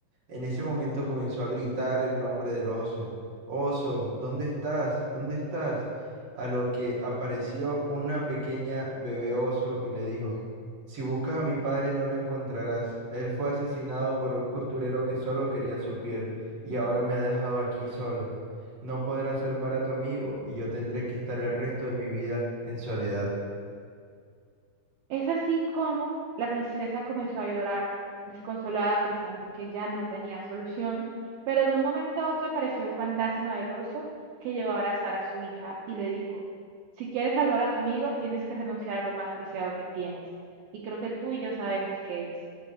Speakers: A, on the right (about 60°); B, on the right (about 85°).
A: En ese momento comenzó a gritar el nombre del oso. Oso, ¿dónde estás? ¿Dónde estás? A lo que apareció una pequeña bebé oso y le dijo, Si buscas a mi padre no lo encontrarás. Él fue asesinado por un costurero que solo quería su piel y ahora me ha dejado aquí sola. No podrás salvar a tu amigo y yo tendré que estar el resto de mi vida en soledad.
B: Es así como la princesa comenzó a llorar desconsolada pensando que ya no tenía solución, pero de un momento a otro apareció el fantasma del oso que llegó a abrazar a su hija y le dijo, si quieres salvar a tu amigo, tienes que renunciar a lo más preciado que tienes, y creo que tú y yo sabemos qué es.